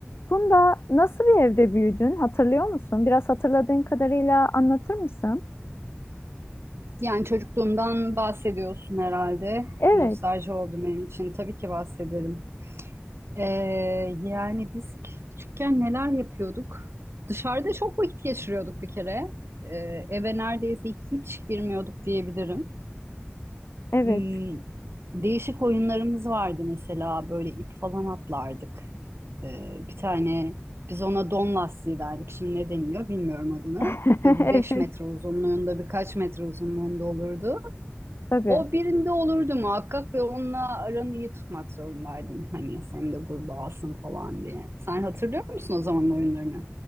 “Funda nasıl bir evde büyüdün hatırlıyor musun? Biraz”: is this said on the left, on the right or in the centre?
Left